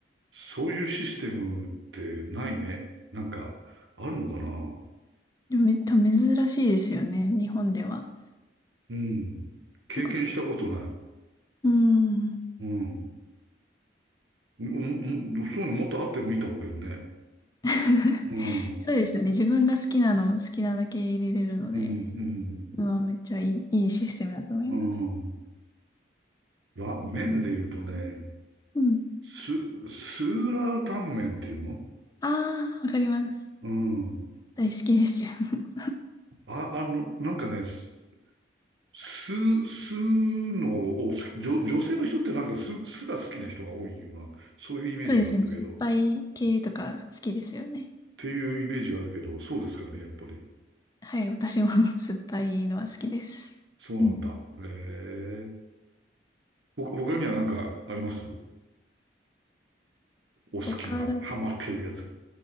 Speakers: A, on the right; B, on the left.
A: そういうシステムってないね。なんか、あるのかな
B: でもめっちゃ珍しいですよね、日本では。
A: うん。経験したことない。
B: なんか、うーん。
A: うん。うん、うんそういうのもっとあってもいいと思うけどね。
B: <laughs>
A: うん。うん、
B: そうですよね。自分が好きなのを好きなだけ入れれるので、
A: うん。
B: うん、めっちゃいい、いいシステムだと思います。
A: うん。いや、麺で言うとね、
B: うん。
A: ス、スーラータンメンっていうの
B: ああ、わかります。
A: うん。
B: 大好きですよ。<laughs>
A: あ、あの、なんかね、ス、ススのを好き、女、女性の人ってなんかス、スが好きな人が多いような、そういうイメージがあるんだけど、
B: そうですよね。酸っぱい系とか好きですよね。
A: っていうイメージがあるけど、そうですかね、やっぱり。
B: はい、私も <laughs> 酸っぱいのは好きです。
A: そうなんだ。
B: うん。
A: へえ。ほ、他にはなんかありますお好きな、
B: 他だ、
A: ハマってるやつ。